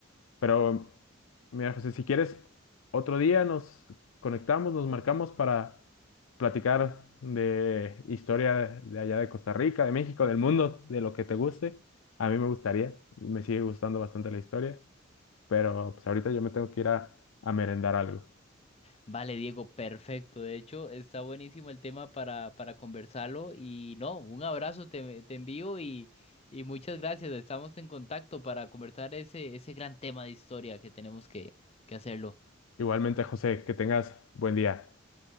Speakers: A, on the left; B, on the left.
A: pero mira, José, si quieres, otro día nos conectamos, nos marcamos para platicar de historia de allá de Costa Rica, de México, del mundo, de lo que te guste. A mí me gustaría, me sigue gustando bastante la historia. pero pues ahorita yo me tengo que ir a, a merendar algo.
B: Vale, Diego, perfecto. De hecho, está buenísimo el tema para, para conversarlo. Y no, un abrazo te, te envío y, y muchas gracias. Estamos en contacto para conversar ese, ese gran tema de historia que tenemos que, que hacerlo.
A: Igualmente, José, que tengas buen día.